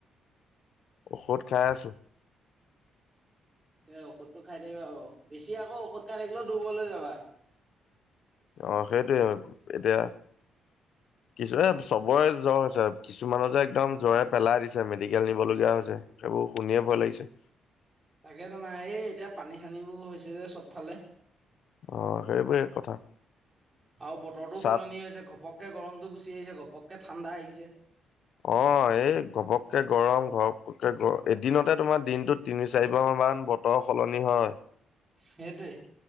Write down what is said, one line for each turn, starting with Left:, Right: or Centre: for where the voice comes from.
Left: ঔষধ খাই আছো <inaudible>
Right: তাকে ঔষধটো খাই থাকিব বেছি আকৌ ঔষধ খাই থাকিলেও দুবলৈ যাবা
Left: অহ সেইটোৱে এতিয়া <inaudible> কিছু চবৰে জ্বৰ হৈছে কিছু মানুহ যে একদম জ্বৰে পেলাই দিছে মেডিকেল নিবলগীয়া হৈছে ব শুনিয়ে ভয় লাগিছে
Right: তাকে তোমাৰ এই এতিয়া পানী চানীবোৰ হৈছে যে চবফালে
Left: অ সেইবোৰে কথা
Right: আৰু বতৰটো
Left: চাত
Right: সলনি হৈছে ঘপককৈ গৰমটো গুচি আহিছে ঘপককৈ ঠাণ্ডা আহিছে
Left: অ', এই ঘপককে গৰম, ঘৰককে গৰ এদিনতে তোমাৰ দিনটোত তিনি চাৰিবাৰ মান ইমান বতৰ সলনি হয়।
Right: সেইটোৱে।